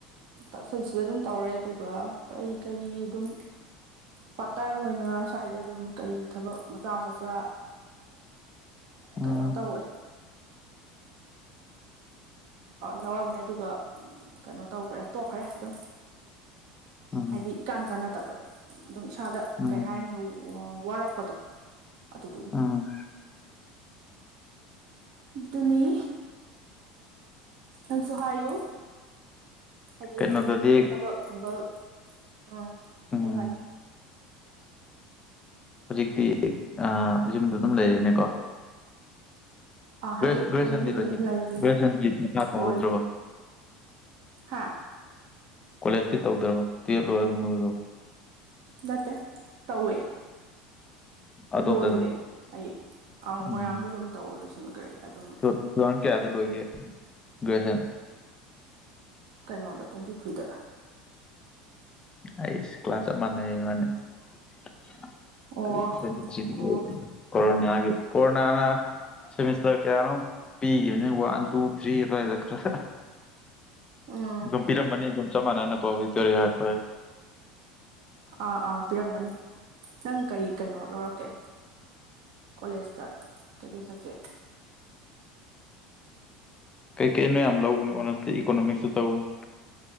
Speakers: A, on the right; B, on the left.
A: ꯇ ꯁꯟꯁꯤꯗ ꯑꯗꯨꯝ ꯇꯧꯔꯦ ꯑꯗꯨꯒ ꯀꯔꯤ ꯀꯔꯤ ꯑꯗꯨꯝ ꯄꯇꯥꯏꯕ ꯑꯣꯏꯅ ꯁ꯭ꯋꯥꯏꯗ ꯑꯗꯨꯝ ꯀꯔꯤ ꯊꯕꯛ ꯃꯆꯥ ꯃꯆꯥ
B: ꯎꯝ
A: ꯀꯩꯅꯣ ꯇꯧꯋꯦ ꯌꯥꯎꯔꯝꯃꯦ ꯑꯗꯨꯒ ꯀꯩꯅꯣ ꯇꯧꯈ꯭ꯔꯦ ꯇꯣꯛꯈ꯭ꯔꯦ ꯑꯗꯨꯝ
B: ꯎꯝ
A: ꯍꯥꯏꯗꯤ ꯏꯀꯥꯟ ꯀꯥꯟꯅꯗꯕ ꯑꯗꯨꯝ ꯏꯁꯥꯗ
B: ꯎꯝ
A: ꯀꯩ ꯍꯥꯏꯅꯤ ꯋꯥꯔꯛꯄꯗꯣ ꯑꯗꯨꯗꯨꯒꯤ
B: ꯎꯝ
A: ꯑꯗꯨꯅꯤ ꯅꯪꯁꯨ ꯍꯥꯏꯌꯨ ꯍꯥꯏꯗꯤ
B: ꯀꯩꯅꯣꯗꯗꯤ
A: ꯍꯧꯖꯤꯛ ꯊꯕꯛ ꯅꯨꯝꯕꯛ ꯎꯝ
B: ꯎꯝ
A: ꯍꯥꯏꯌꯨ ꯍꯥꯏꯌꯨ
B: ꯍꯧꯖꯤꯛꯇꯤ ꯌꯨꯝꯗ ꯑꯗꯨꯝ ꯂꯩꯔꯦꯅꯦꯀꯣ
A: ꯑꯥ ꯍꯧꯖꯤꯛ
B: ꯒ꯭ꯔꯦꯖꯨ ꯒ꯭ꯔꯦꯖꯨꯑꯦꯁꯟꯗꯤ
A: ꯌꯨꯝꯗ
B: ꯂꯣꯏꯁꯤꯜ
A: ꯑꯗꯨꯝ ꯂꯩ
B: ꯒ꯭ꯔꯦꯖꯨꯑꯦꯁꯟꯗꯤ ꯃꯈꯥ ꯇꯧꯍꯧꯗ꯭ꯔꯕ
A: ꯂꯣꯏ ꯍꯥꯥ
B: ꯀꯣꯂꯦꯖꯇꯤ ꯇꯧꯗ꯭ꯔꯃ ꯇꯨꯌꯦꯞ ꯂꯣꯏꯔꯒꯗꯝ
A: ꯅꯠꯇ ꯇꯋꯦ
B: ꯑꯗꯣꯝꯗ
A: ꯂꯣꯏꯈ꯭ꯔꯦ
B: ꯑꯗꯨꯝ
A: ꯑꯩ ꯑꯪ
B: ꯎꯝ
A: ꯃꯣꯏꯔꯥꯡꯒ ꯑꯗꯨꯝ ꯇꯧꯔ ꯂꯣꯏꯁꯤꯟꯈ꯭ꯔꯦ ꯑꯗꯨꯝ
B: ꯇꯨ ꯊꯥꯎꯖꯟ <unintelligible>
A: ꯀꯩꯅꯣꯗ ꯇ꯭ꯋꯦꯟꯇꯤ ꯊ꯭ꯔꯤꯗ
B: ꯑꯩꯁ ꯀ꯭ꯂꯥꯁ ꯆꯞ ꯃꯥꯟꯅꯩ ꯏꯕꯅꯤ <unintelligible>
A: ꯑꯣ ꯑꯣ
B: ꯀꯣꯔꯔꯣꯅꯥꯒꯤ ꯀꯣꯔꯣꯅꯥꯅ ꯁꯦꯃꯤꯁꯇꯔ ꯀꯌꯥꯅꯣ ꯄꯤꯈꯤꯕꯅꯦ ꯋꯥꯟ ꯇꯨ ꯊ꯭ꯔꯤ ꯑꯗꯨꯋꯥꯏꯗ ꯈꯔ
A: ꯎꯝ
B: ꯑꯗꯨꯝ ꯄꯤꯔꯝꯕꯅꯤ ꯑꯗꯨꯝ ꯆ ꯃꯥꯅꯅ ꯀꯣꯔ
A: ꯑꯥ ꯑꯥ ꯄꯤꯔꯝꯃꯅꯤ ꯅꯪ ꯀꯩ ꯀꯩꯅꯣ ꯂꯧꯔꯛꯀꯦ ꯀꯣꯂꯦꯖꯇ ꯀꯩꯀꯩ ꯁꯕꯖꯦꯛ
B: ꯀꯩꯀꯩꯅꯣ ꯌꯥꯝ ꯂꯧꯕꯅꯤ ꯑꯣꯅꯦꯁꯇꯤ ꯏꯀꯣꯅꯣꯃꯤꯛꯁꯇ ꯇꯧꯕꯅꯤ